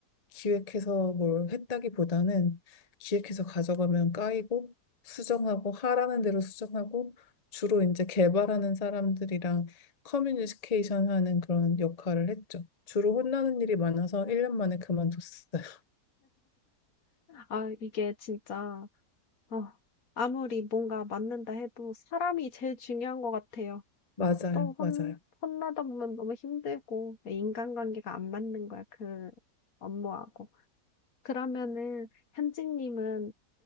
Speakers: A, on the left (about 30°); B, on the left (about 55°).
A: 기획해서 뭘 했다기보다는 기획해서 가져가면 까이고 수정하고 하라는 대로 수정하고 주로 이제 개발하는 사람들이랑 커뮤니케이션 하는 그런 역할을 했죠. 주로 혼나는 일이 많아서 1년 만에 그만뒀어요. <laughs>
B: 아, 이게 진짜, 어, 아무리 뭔가 맞는다 해도 사람이 제일 중요한 것 같아요.
A: 맞아요,
B: 또 혼,
A: 맞아요.
B: 혼나다 보면 너무 힘들고, 인간관계가 안 맞는 거야, 그 업무하고. 그러면은 현진님은